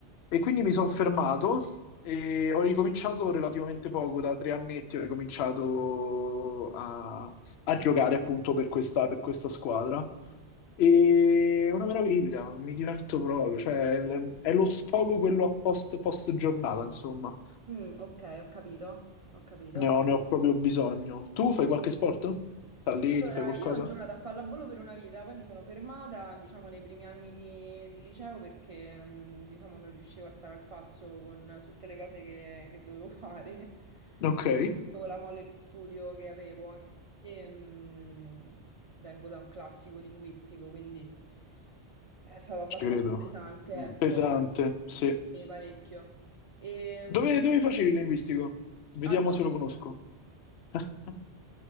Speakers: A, on the left; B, on the right.
A: eh? E quindi mi sono fermato e ho ricominciato relativamente poco, da tre annetti ho ricominciato a, a giocare appunto per questa per questa squadra. E è una meraviglia, mi diverto proprio, cioè è è lo sfogo quello a post, post giornata, insomma.
B: Mm, ok, ho capito, ho capito.
A: Ne ho, ne ho proprio bisogno. Tu fai qualche sport? T'alleni,
B: Allora,
A: fai qualcosa?
B: io ho giocato a pallavolo per una vita, poi mi sono fermata, diciamo, nei primi anni di, di liceo perché, mh, diciamo, non riuscivo a stare al passo con tutte le cose che, che dovevo fare,
A: Ok,
B: <laughs>
A: eh,
B: con la molle di studio che avevo, anche perché, mh, vengo da un classico linguistico, quindi è stato abbastanza
A: ci credo.
B: pesante, ecco,
A: Pesante, sì.
B: e parecchio. E,
A: Dove,
B: mh,
A: dove facevi il linguistico? Vediamo
B: al Joyce,
A: se lo conosco. <laughs>